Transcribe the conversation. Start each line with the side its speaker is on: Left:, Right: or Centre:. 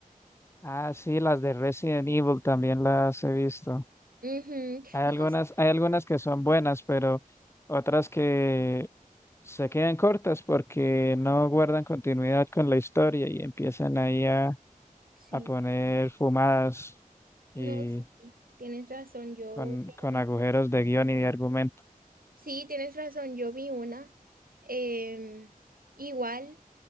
Left: Ah, sí, las de Resident Evil también las he visto.
Right: Ujú.
Left: Hay
Right: No,
Left: algunas, hay algunas que son buenas, pero otras que se quedan cortas porque no guardan continuidad con la historia y empiezan ahí a,
Right: sí,
Left: a poner fumadas
Right: no,
Left: y
Right: sí, tienes razón, yo,
Left: con,
Right: yo
Left: con
Right: vi-
Left: agujeros de guión y de argumento.
Right: sí, tienes razón, yo vi una, em, igual,